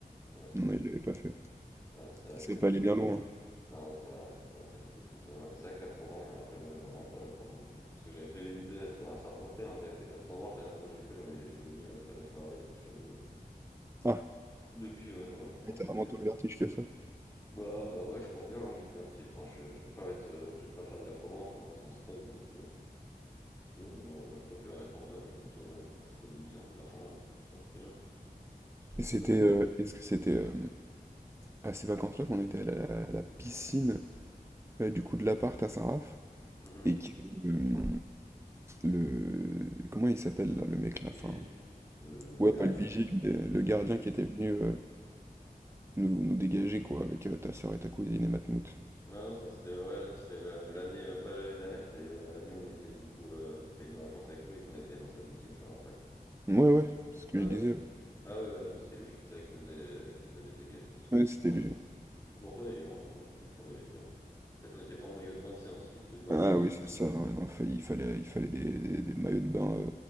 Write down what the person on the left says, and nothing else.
Ouais, ça
m'étonne.
Ouais, c'est vrai
que
ouais, c'est vrai. Ah, tu es tu es fou toi. Ouais, mais c'est vrai que l'acrobranche, je me rappelle, moi j'aime vraiment pas l'acrobranche donc parce que j'avais fait une des c'était ça remontait, hein, j'avais fait de l'acrobranche, la dernière fois que j'ai fait, j'en ai j'ai vomi après la soirée donc je t'avoue, heu,
depuis, ouais, j'en j'en
fais
plus
de
bah, ouais, je crois bien, hein, j'ai le vertige, enfin je j'aime pas être, heu, j'aime pas faire de l'acrobranche, hein, ça me stresse donc heu Donc bah, je préfère les balles, comme ça au moins j'économise un peu d'argent, toujours ça de prix, hein. C'est toujours
ça de prix.
Mmh
Vigile,
le le
gardien.
Le
le
ouais non ça c'était ouais non c'était le l'année, heu, pas l'année dernière, c'était, heu, l'année où on était du coup, heu, tu venu en vacances avec nous et qu'on était dans sa piscine, je me rappelle.
Ouais, ouais,
il nous
ah oui, ouais, ouais, c'est lui, c'est là qui nous avait qu'il nous avait dégagés parce que
je
prenais.
je sais plus pourquoi d'ailleurs, on je sais plus ce qu'on avait fait. Peut-être on n'était pas en maillot de bain, tu sais, en slip de bain,
en caleçon.